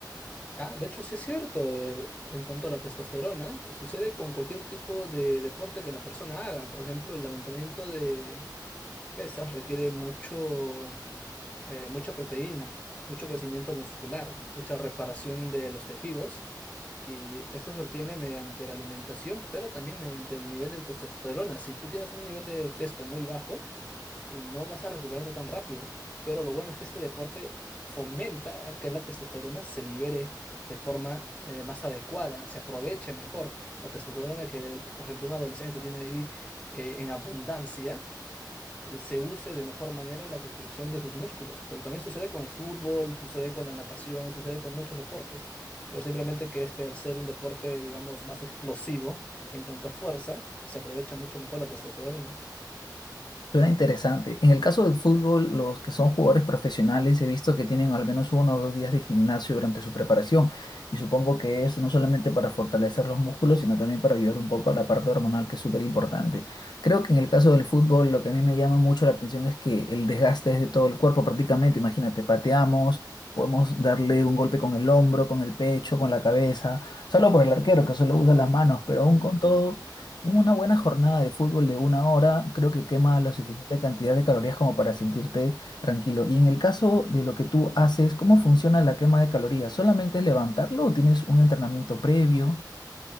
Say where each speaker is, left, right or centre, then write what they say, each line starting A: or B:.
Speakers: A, on the left; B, on the left.
A: Ah, de hecho, sí es cierto, el- en cuanto a la testosterona, sucede con cualquier tipo de deporte que la persona haga. Por ejemplo, el levantamiento de pesas requiere mucho, eh, mucha proteína, mucho crecimiento muscular, mucha reparación de los tejidos. Y esto se obtiene mediante la alimentación, pero también mediante el nivel de testosterona. Si tú tienes un nivel de testo muy bajo, eh, no vas a recuperarte tan rápido. Pero lo bueno es que este deporte fomenta a que la testosterona se libere de forma eh, más adecuada, se aproveche mejor la testosterona que, el- por ejemplo, un adolescente tiene ahí eh, en abundancia eh, se use de mejor manera en la construcción de sus músculos. Pero también sucede con el fútbol, sucede con la natación, sucede con muchos deportes. Pero simplemente que este, al ser un deporte, digamos, más explosivo en cuanto a fuerza, se aprovecha mucho mejor la testosterona.
B: Suena interesante. En el caso del fútbol, los que son jugadores profesionales, he visto que tienen al menos uno o dos días de gimnasio durante su preparación y supongo que es no solamente para fortalecer los músculos, sino también para ayudar un poco a la parte hormonal, que es súper importante. Creo que en el caso del fútbol, lo que a mí me llama mucho la atención es que el desgaste es de todo el cuerpo prácticamente. Imagínate, pateamos.
A: Mm,
B: Podemos darle un golpe con el hombro, con el pecho, con la cabeza, solo por el arquero que solo usa las manos, pero
A: mm,
B: aún con todo una buena jornada de fútbol de una hora creo que quema la
A: mm.
B: suficiente cantidad de calorías como para sentirte tranquilo. Y en el caso de lo que tú haces, ¿cómo funciona la quema de calorías? ¿Solamente es levantarlo o tienes un entrenamiento previo?